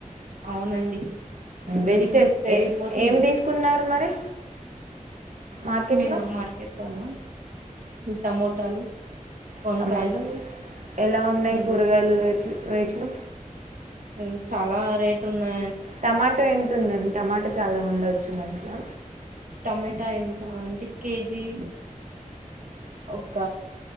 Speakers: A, on the right; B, on the right.
A: ఔనండి
B: వెజిటే
A: డిగ్రీస్ పెరిగిపోతుంది
B: ఏం తీసుకున్నారు మరి మార్కెట్లో
A: మేమా మార్కెట్ లోనా టమోటాలు వంకాయలు
B: టమోటా ఎలా ఉన్నాయి
A: ఉమ్
B: కూరగాయలు రేట్లు రేట్లు
A: ఉమ్ చాలా రేటున్నా
B: టమాటో ఎన్ తుందన్ టమాటా చాలా ఉండొచ్చు మంచిగా
A: టమేటా ఎంత అంటే కే జీ ఒక